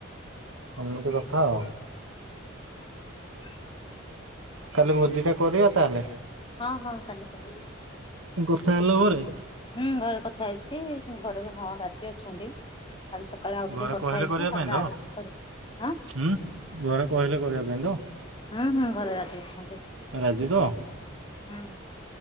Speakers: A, on the right; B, on the left.
A: ଏମିତି କଥା ଆଉ।
B: <inaudible>
A: କାଲି ଭୋଜି ଟା କରିବା ତାହେଲେ
B: ହଁ ହଁ କାଲି କରିବା।
A: କଥା ହେଲ ଘରେ
B: ହୁଁ ଘରେ କଥା ହେଇଛି ଘରେ ହଁ ରାଜି ଅଛନ୍ତି। କାଲି ସକାଳେ ଆଉ
A: ଘରେ
B: ଟିକେ କଥା
A: କହିଲେ
B: ହେଇଛି
A: କରିବା
B: ତାପରେ
A: ପାଇଁ ତ
B: ଆରେଞ୍ଜ କରିିବା ଆଁ
A: ହୁଁ ଘରେ କହିଲେ କରିବା ପାଇଁ ତ
B: ହୁଁ ହୁଁ ଘରେ ରାଜି ଅଛନ୍ତି ହୁଁ
A: ରାଜି ତ?